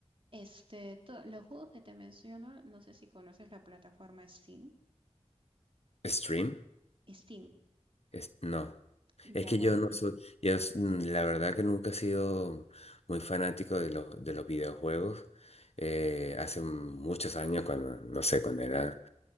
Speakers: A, on the right (about 50°); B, on the left (about 60°).
A: Este, to- los juegos que te menciono, no sé si conoces la plataforma Steam.
B: Stream.
A: Steam,
B: Es- no,
A: ya
B: es que
A: bueno.
B: yo no soy, yo s- mm, la verdad que nunca he sido muy fanático de los, de los videojuegos. Eh, hace muchos años, cuando, no sé, cuando era